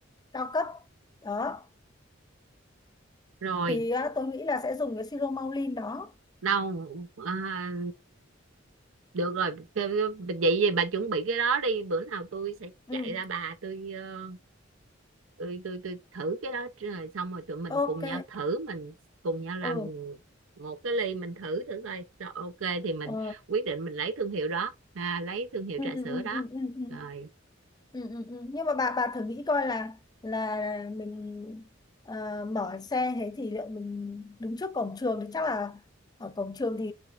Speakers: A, on the left (about 20°); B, on the right (about 85°).
A: cao cấp đó
B: rồi,
A: thì á, tôi nghĩ là sẽ dùng cái siro maulin đó
B: đâu, à, được rồi, kêu- kêu- vậy thì bà chuẩn bị cái đó đi, bữa nào tôi sẽ
A: ừ
B: chạy ra bà, tôi, ờ, tôi, tôi, tôi thử cái đó, rồi xong rồi tụi mình
A: ok
B: cùng nhau thử, mình cùng nhau làm
A: ừ
B: một cái ly mình thử thử coi, rồi ok thì mình
A: ờ,
B: quyết định mình lấy thương hiệu đó, à, lấy thương hiệu
A: ừ
B: trà
A: ừ
B: sữa
A: ừ
B: đó,
A: ừ ừ ừ
B: rồi,
A: ừ ừ ừ. nhưng mà bà bà thử nghĩ coi là là mình ờ, mở xe thế thì liệu mình đứng trước cổng trường thì chắc là ở cổng trường thì